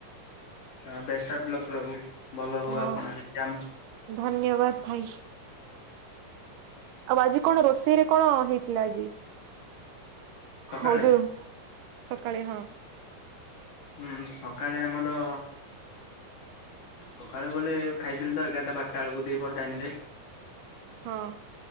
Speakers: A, on the left; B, on the right.
A: ଏଁ ବେଷ୍ଟ ଅଫ ଲକ୍ ରହୁ ଭଲ ହଉ
B: ହଁ
A: ଆପଣ ଏକ୍ସାମ।
B: ଧନ୍ୟବାଦ ଭାଇ। ଆଉ ଆଜି କଣ ରୋଷେଇ ରେ କଣ ହେଇଥିଲା ଆଜି?
A: ସକାଳେ
B: ହଉ ଯୁ ସକାଳେ ହଁ।
A: ହୁଁ ସକାଳେ ଆମର ସକାଳୁ ବଲେ ଖାଇଥିଲି ତ ଏଗାରଟା ବାରଟା ବେଳକୁ ଦିପର ଟାଇମ ରେ।
B: ହଁ।